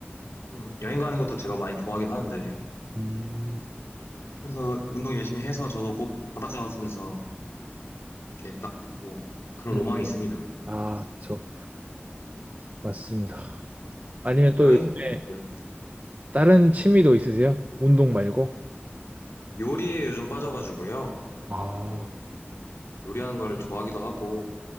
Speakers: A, on the left (about 85°); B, on the right (about 40°).
A: 좀 여행 가는 것도 제가 많이 좋아하긴 하는데
B: 음,
A: 그래서 운동 열심히 해서 저도 꼭 바닷가 같은 데서 이렇게 딱 벗고 그런
B: 음,
A: 로망이 있습니다.
B: 아, 그쵸. 맞습니다.
A: 네.
B: 아니면 또
A: 여행,
B: 요즘에
A: 네.
B: 다른 취미도 있으세요? 운동 말고?
A: 요리에 요즘 빠져가지고요.
B: 아,
A: 또 요리하는 걸 좋아하기도 하고